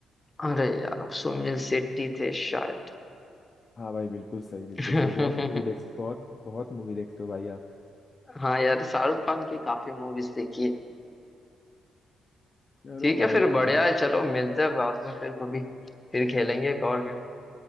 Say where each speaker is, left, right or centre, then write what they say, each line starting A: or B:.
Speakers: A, on the left; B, on the left.
A: अरे यार वो सुनील शेट्टी थे शायद
B: हाँ भाई बिल्कुल सही बिल्कुल
A: <laughs>
B: सही बहुत मूवी देख बहुत बहुत मूवी देखते हो भाई आप
A: हाँ यार शाहरुख खान की काफी मूवीज देखी है
B: चलो
A: ठीक
B: भाई
A: है फिर बढ़िया
B: मतलब
A: है चलो मिलते हैं बाद में फिर कभी फिर खेलेंगे एक और
B: ठीक
A: गेम